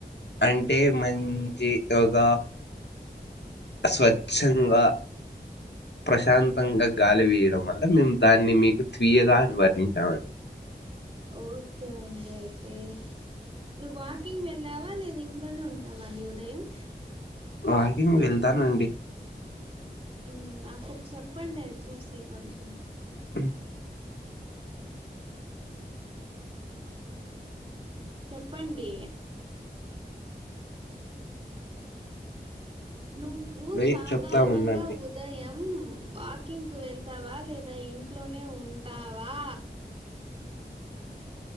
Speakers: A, on the left; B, on the right.
A: అంటే మంచి ఒక స్వచ్ఛంగా ప్రశాంతంగా గాలి వీయడం వల్ల మేము దాన్ని మీకు తియగా అని వర్ణించామండి
B: ఓకే అండి అయితే నువ్వు వాకింగ్ వెళ్ళావా లేదా ఇంట్లోనే ఉంటావా అండి ఉదయం
A: వాకింగ్ వెళ్తానండి
B: అమ్ అక్కడ చెప్పండి అది చూసి కొంచెం
A: అమ్
B: చెప్పండి నువ్వు
A: వెయిట్
B: సాధారణంగా
A: చెప్తాముండండి.
B: ఉదయం ఉమ్ వాకింగ్ కు వెళ్తావా లేదా లేదా ఇంట్లోనే ఉంటావా